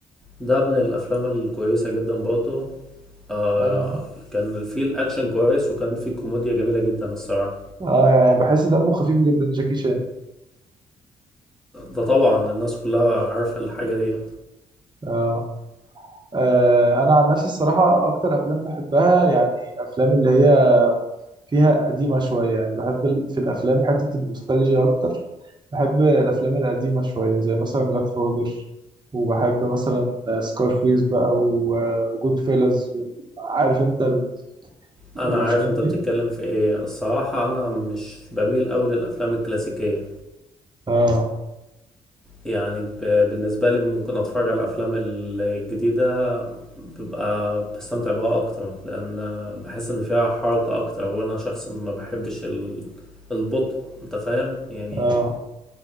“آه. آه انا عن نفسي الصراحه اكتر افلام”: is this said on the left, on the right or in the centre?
Right